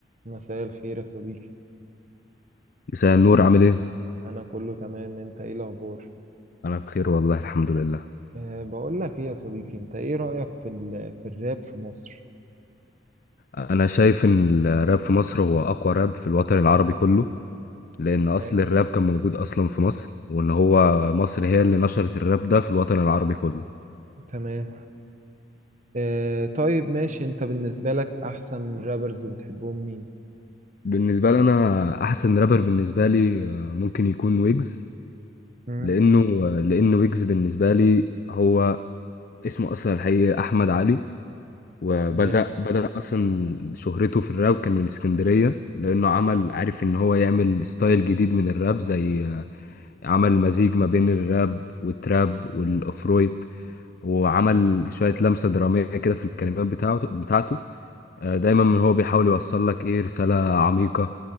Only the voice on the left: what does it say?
مساء النور عامل ايه؟
انا بخير والله الحمد لله
انا شايف ان الراب في مصر هو اقوى راب في الوطن العربي كله لان اصل
الراب كان موجود اصلا في مصر وان هو مصر هي اللي نشرت الراب ده في الوطن العربي كله
بالنسبه لي انا احسن رابر بالنسبه لي آه، ممكن يكون ويجز
لانه آه، لان ويجز بالنسبه لي هو اسمه اصلا الحقيقي احمد علي وبدأ
بدأ أصلا شهرته في الراب كان من اسكندرية لأنه عمل عارف إن هو يعمل ستايل جديد من الراب زي آه، عمل مزيج ما بين الراب والتراب والافرويت وعمل شوية لمسة درامية كده في الكلمات بتاعته بتاعته آه، دايما هو بيحاول يوصل لك ايه رسالة عميقة